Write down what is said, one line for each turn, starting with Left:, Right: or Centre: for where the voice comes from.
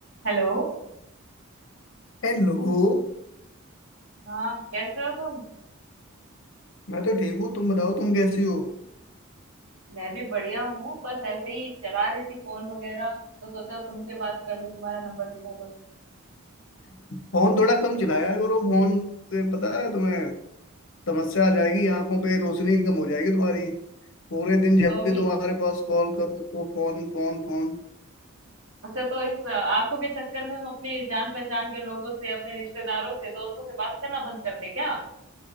Right: Hello
Left: हेलो
Right: हाँ कैसे हो तुम
Left: मैं तो ठीक हूँ तुम बताओ तुम कैसी हो
Right: मैं भी बढ़िया हूँ बस ऐसे ही चला रही थी फोन वगैरह तो सोचा तुमसे बात कर लूँ तुम्हारा नंबर दिखा तो
Left: फोन थोड़ा कम चलाया करो फोन से पता है तुम्हें समस्या आ जाएगी आंखों पे रोशनी कम हो जाएगी तुम्हारी पूरे दिन जब
Right: तो अभी
Left: भी तुम्हारे पास कॉल करो तो फोन फोन फोन
Right: अच्छा तो इस अ, आंखों के चक्कर में हम अपनी जान पहचान के लोगों से अपने रिश्तेदारों से दोस्तों से बात करना बंद कर दे क्या